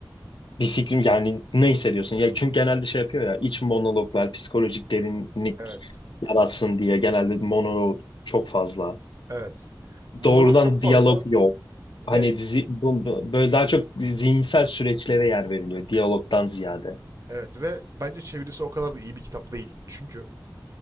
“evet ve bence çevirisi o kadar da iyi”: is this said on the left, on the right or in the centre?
Right